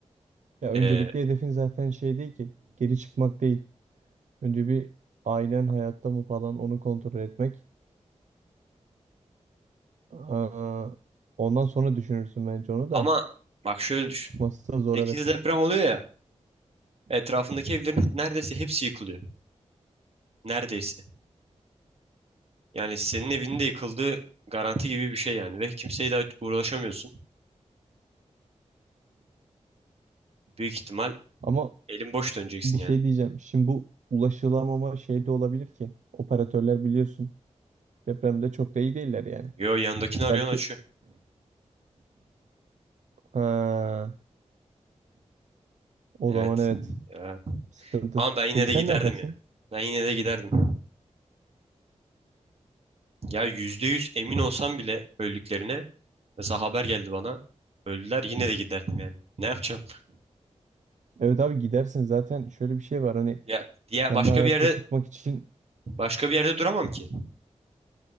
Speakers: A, on the right; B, on the right.
A: Ya
B: Ee,
A: öncelikli hedefin zaten şey değil ki. Geri çıkmak değil. Önce bir ailen hayatta mı falan onu kontrol etmek. Aa, ondan sonra düşünürsün bence onu
B: ama
A: da.
B: bak şöyle düşün.
A: Çıkması da zor
B: sekiz
A: evet.
B: deprem oluyor ya etrafındaki evlerin neredeyse hepsi yıkılıyor. Neredeyse. Yani senin evinin de yıkıldığı garanti gibi bir şey yani. Ve kimseye de uğraşamıyorsun. Büyük ihtimal
A: Ama
B: elin boş döneceksin
A: bir
B: yani.
A: şey diyeceğim. Şimdi bu ulaşılamama şey de olabilir ki. Operatörler biliyorsun depremde çok da iyi değiller yani.
B: Yo yanındakini arıyorsun
A: Belki
B: açıyor.
A: ha, o
B: Evet.
A: zaman evet
B: Ya.
A: sıkıntı.
B: Ama ben yine
A: Peki
B: de
A: sen
B: giderdim
A: ne yaparsın?
B: ya. Ben yine de giderdim. Ya %100 emin olsam bile öldüklerine Mesela haber geldi bana. Öldüler yine de giderdim yani. Ne yapacağım?
A: Evet abi gidersin zaten şöyle bir şey var hani
B: Ya diye
A: kendi
B: başka
A: hayatta
B: bir yerde
A: tutmak için
B: başka bir yerde duramam ki.